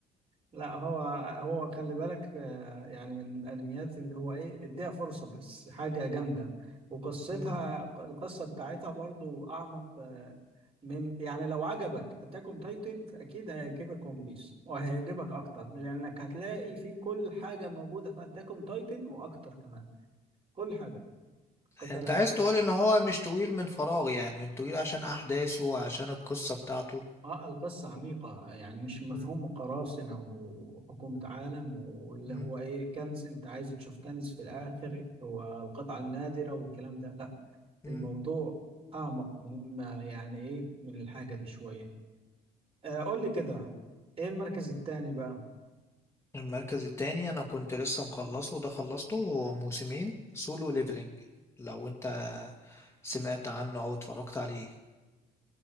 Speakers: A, on the right (about 35°); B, on the left (about 15°).
A: لا هو هو خلي بالك آه، يعني من الانميات اللي هو ايه اديها فرصة بس حاجة جامدة وقصتها
B: مم.
A: القصة بتاعتها برضو اعمق آه، من يعني لو عجبك اتاك اون تايتن فاكيد هيعجبك ون بيس وهيعجبك اكتر لانك هتلاقي فيه كل حاجة موجودة في اتاك اون تايتن واكتر كمان كل حاجة قتال
B: انت عايز تقول ان هو مش طويل من فراغ يعني من طويل عشان احداثه وعشان القصه بتاعته
A: اه القصة عميقة يعني مش مفهوم
B: مم.
A: قراصنة وحكومة عالم واللي
B: مم.
A: هو ايه كنز انت عايز تشوف كنز في الاخر هو القطعة النادرة والكلام ده لا
B: مم.
A: الموضوع اعمق مما يعني ايه من الحاجة دي شوية آه قول لي كده ايه المركز التاني بقى
B: المركز التاني انا كنت لسه مخلصه وده خلصته هو موسمين سولو ليفلينج لو انت سمعت عنه او اتفرجت عليه